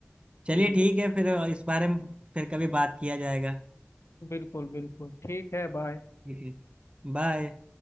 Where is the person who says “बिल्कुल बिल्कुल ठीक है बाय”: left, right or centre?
Left